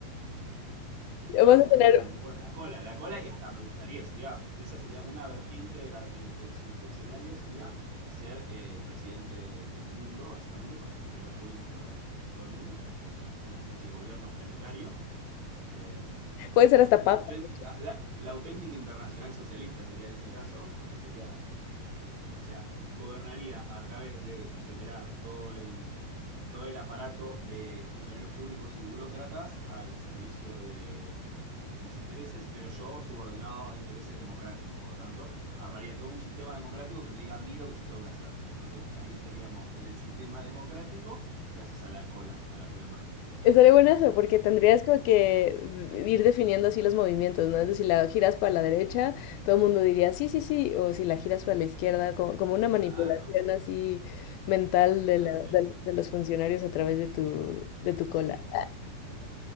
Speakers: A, on the right; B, on the left.
A: Ah,
B: Vas
A: muy
B: a tener,
A: bueno, muy bueno. La cola, la cola y hasta me gustaría, sería, esa sería una vertiente de la, de- del subescenario, sería ser eh, presidente del mundo, básicamente, porque funcionarios públicos podrían en todo el mundo, entonces puedo ser una especie de gobierno planetario eh,
B: puede ser hasta
A: la
B: papa.
A: auténtica,
B: dije.
A: la, la auténtica internacional socialista sería en ese caso, porque sería, eh, eh, o sea, gobernaría a través de generar todo el, todo el aparato de funcionarios públicos y burócratas al servicio de, de- de mis intereses, pero yo subordinado a intereses democráticos, por lo tanto, armaría todo un sistema democrático que me diga a mí lo que yo tengo que hacer. Entonces, ahí estaríamos en el sistema democrático gracias a la cola, a la cola mágica.
B: Estaría bueno eso, porque
A: Eso
B: tendrías
A: estaría bueno.
B: como que ir definiendo así los movimientos, ¿no? Entonces, si la giras para la derecha, todo el mundo diría sí, sí, sí, o si la giras para la izquierda, como, como una
A: Claro.
B: manipulación así mental
A: Totalmente.
B: de, la- de- de los funcionarios a través de tu, de tu cola.
A: Sí, sí, sí.